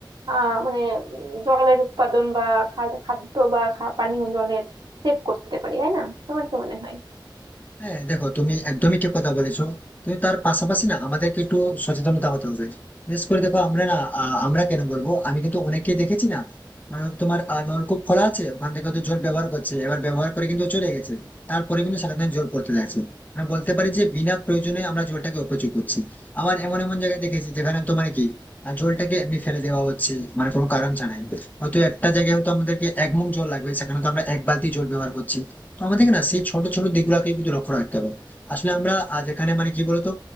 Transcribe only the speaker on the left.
হ্যাঁ দেখো তুমি একদমই ঠিক কথা বলেছো কিন্তু তার পাশাপাশি না আমাদেরকে একটু সচেতনতা হতে হবে বিশেষ করে দেখো আমরা না আহ, আমরা কেন বলবো আমি কিন্তু অনেককেই দেখেছি না মানে হয়তো তোমার আহ, নলকূপ খোলা আছে ওখান থেকে হয়তো জল ব্যবহার করছে এবার ব্যবহার করে কিন্তু চলে গেছে তারপরে কিন্তু সেখানে জল পড়তে যাচ্ছে আমি বলতে পারি যে বিনা প্রয়োজনে আমরা জলটাকে অপচয় করছি আবার এমন এমন জায়গায় দেখেছি যেখানে তোমার কি আহ, জলটাকে এমনি ফেলে দেওয়া হচ্ছে মানে কোনো কারণ ছাড়াই হয়তো একটা জায়গায় হয়তো আমাদেরকে এক মুখ জল লাগবে সেখানে তো আমরা এক বালতি জল ব্যবহার করছি তো আমাদের না সেই ছোট ছোট দিকগুলোকে কিন্তু লক্ষ্য রাখতে হবে আসলে আমরা আহ, যেখানে মানে কি বলতো